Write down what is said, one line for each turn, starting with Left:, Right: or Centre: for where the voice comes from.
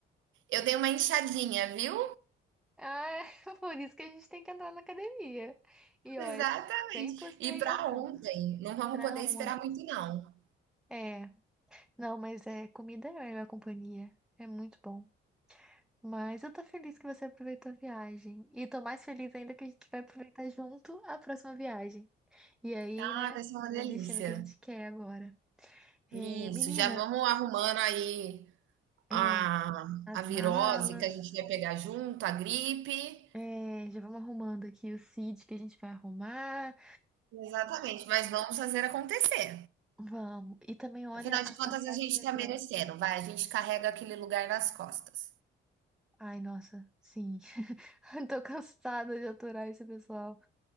Right: Eu dei uma inchadinha, viu?"
Centre: Ah, <laughs> por isso que a gente tem que entrar na academia. E
Right: Exatamente.
Centre: ó, é sem postergação.
Right: E pra ontem, não vamos
Centre: Pra
Right: poder
Centre: ontem.
Right: esperar muito não,
Centre: É, não, mas é, comida é a melhor companhia. É muito bom. Mas eu tô feliz que você aproveitou a viagem. E tô mais feliz ainda que a gente vai aproveitar junto a próxima viagem. E aí,
Right: tá,
Centre: né,
Right: vai ser uma
Centre: no
Right: delícia.
Centre: destino que a gente quer agora. É,
Right: Isso,
Centre: menina,
Right: já vamos arrumando aí
Centre: é,
Right: a,
Centre: as
Right: a virose
Centre: malas.
Right: que a gente vai pegar junto, a gripe.
Centre: É, já vamos arrumando aqui o seat que a gente vai arrumar.
Right: Exatamente, mas vamos fazer acontecer.
Centre: Vamos. E também olha
Right: Afinal
Centre: as
Right: de contas,
Centre: passagens
Right: a gente
Centre: de
Right: está
Centre: avião.
Right: merecendo, vai, a gente carrega aquele lugar nas costas.
Centre: Ai, nossa, sim. <laughs> Tô cansada de aturar esse pessoal.